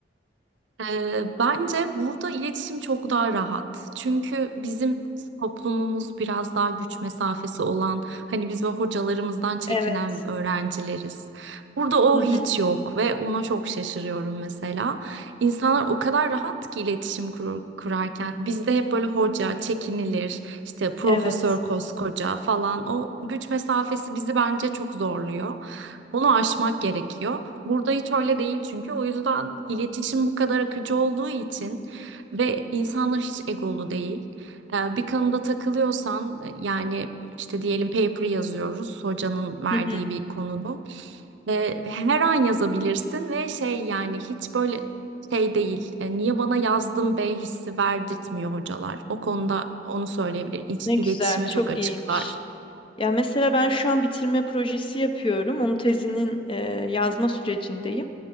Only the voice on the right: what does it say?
Ee, bence burada iletişim çok daha rahat. Çünkü bizim toplumumuz biraz daha güç mesafesi olan, hani biz böyle hocalarımızdan çekinen
öğrencileriz. Burada o
hiç
yok ve ona çok şaşırıyorum mesela. İnsanlar o kadar rahat ki iletişim kurur- kurarken. Bizde hep böyle hoca çekinilir, işte profesör
koskoca falan. O güç mesafesi bizi bence çok zorluyor. Onu aşmak gerekiyor. Burada hiç öyle değil çünkü. O yüzden iletişim bu kadar akıcı olduğu için ve insanlar hiç egolu değil. Ee, Bir konuda takılıyorsan e, yani işte diyelim paper yazıyoruz hocanın verdiği
bir konuda. Ve her an yazabilirsin ve şey yani hiç böyle şey değil. e, niye bana yazdın be hissi verdirtmiyor hocalar. O konuda onu söyleyebilirim. İç,
iletişime
çok açıklar.